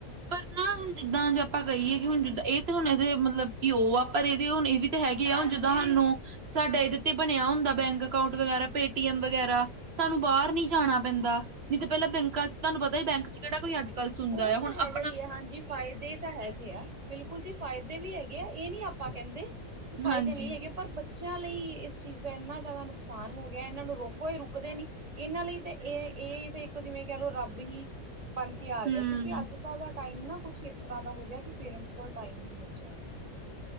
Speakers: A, on the right; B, on the right.
A: ਪਰ ਨਾ ਹੁਣ ਜਿੱਦਾਂ ਜੇ ਆਪਾਂ ਕਹੀਏ ਕਿ ਹੁਣ ਜਿੱਦਾਂ ਏ ਤੇ ਹੁਣ ਇਦੇ ਮਤਲਬ ਘਿ ਓ ਆ ਪਰ ਇਦੇ ਹੁਣ ਏ ਵੀ ਤਾਂ ਹੈਗੇ ਆ ਹੁ ਜਿੱਦਾਂ ਸਾਨੂੰ ਸਾਡਾ ਇਦੇ ਤੇ ਬਣਿਆ ਹੁੰਦਾ ਬੈਂਕ ਅਕਾਊਂਟ ਵਗੈਰਾ, ਪੇਟੀਐਮ ਵਗੈਰਾ ਸਾਨੂੰ ਬਾਰ ਨੀ ਜਾਣਾ ਪੈਂਦਾ ਨਈ ਤੇ ਪੈਲਾਂ ਬੈਂਕਾਂ ਚ ਤਾਨੂੰ ਪਤਾ ਈ ਬੈਂਕ ਚ ਕਿੜਾ ਕੋਈ ਅੱਜ ਗੱਲ ਸੁਣਦਾ
B: ਉਹ ਤਾਂ
A: ਆ। ਹੁਣ
B: ਹੈਗਾ
A: ਅਪ
B: ਹਾਂਜੀ। ਫਾਇਦੇ ਤਾ ਹੈਗੇ ਆ ਬਿਲਕੁਲ ਜੀ ਫਾਇਦੇ ਵੀ ਹੈਗੇ ਆ ਏ ਨੀ ਆਪਾਂ ਕੈਂਦੇ ਫ਼ਾਇਦੇ
A: ਹਾਂਜੀ,
B: ਨਈ ਹੇਗੇ। ਪਰ ਬੱਚਿਆਂ ਲਈ ਇਸ ਚੀਜ਼ ਦਾ ਏਨਾ ਜ਼ਿਆਦਾ ਨੁਕਸਾਨ ਹੋ ਗਿਆ ਏ ਇਨਾਂ ਨੂੰ ਰੋਕੋ ਏ ਰੁਕਦੇ ਨੀ। ਇਨਾਂ ਲਈ ਤੇ ਏ -ਏ ਤੇ ਇੱਕ ਜਿਵੇਂ ਕਹਿ ਲਓ ਰੱਬ ਹੀ ਬਣ ਆ
A: ਹੂੰ
B: ਗਿਆ ਕਿਉਂਕਿ ਅੱਜ-ਕੱਲ ਦਾ ਟਾਈਮ ਨਾ ਕੁਛ ਇਸ ਤਰ੍ਹਾਂ ਦਾ ਹੋ ਗਿਆ ਕਿ ਪੇਰੈਂਟਸ ਕੋਲ ਟਾਈਮ ਨਈ ਬੱਚਿਆਂ ਲਈ